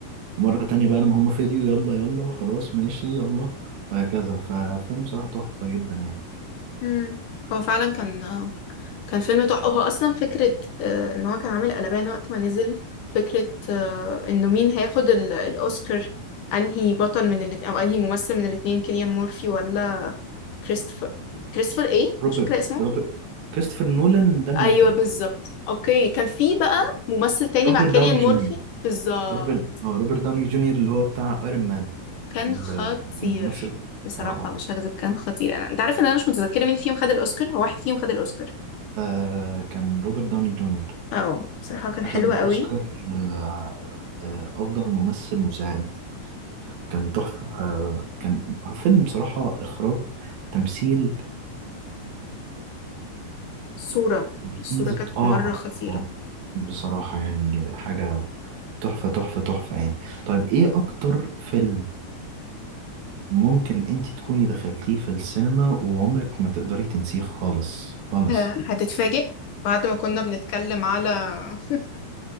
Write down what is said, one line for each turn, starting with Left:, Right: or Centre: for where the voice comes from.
Right: ومرة تانية بقى لما هم فيديو يلا يلا خلاص ماشي يلا وهكذا ففيلم بصراحة تحفة جدا يعني
Left: مم. هو فعلا كان آه، كان فيلم تحفة هو أصلا فكرة آه، إن هو كان عامل قلبان وقت ما نزل فكرة آه، إنه مين هياخد ال- الأوسكار أنهي بطل من الاتنين أو أنهي ممثل من الاتنين كيليان مورفي ولا كريستوفر كريستوفر إيه؟
Right: روبرت
Left: مش فاكرة اسمه
Right: روبرت كريستوفر نولان ده المخرج
Left: أيوه بالظبط أوكي كان في بقى ممثل تاني
Right: روبرت
Left: مع كيليان
Right: داوني
Left: مورفي
Right: جونيور
Left: بالظبط
Right: روبرت اه روبرت داوني جونيور اللي هو بتاع ايرون مان
Left: كان
Right: اللي
Left: خطير
Right: كان بيمثل
Left: بصراحة
Right: اه اه
Left: مش هكذب كان خطير أنا أنت عارف إن أنا مش متذكرة مين فيهم خد الأوسكار هو واحد فيهم خد الأوسكار
Right: آه، كان روبرت داوني جونيور
Left: أه بصراحة كان
Right: أخذ
Left: حلو
Right: الأوسكار
Left: قوي
Right: آه، آه، أفضل ممثل مساعد كان تحفة آه، كان فيلم بصراحة إخراج تمثيل
Left: صورة
Right: الكنز
Left: الصورة كانت
Right: بت... اه
Left: مرة خطيرة
Right: اه بصراحة يعني حاجة تحفة تحفة تحفة يعني طيب ايه اكتر فيلم ممكن انت تكوني دخلتيه في السينما وعمرك ما تقدري تنسيه خالص خالص
Left: آه، هتتفاجئ بعد ما كنا بنتكلم على <laughs>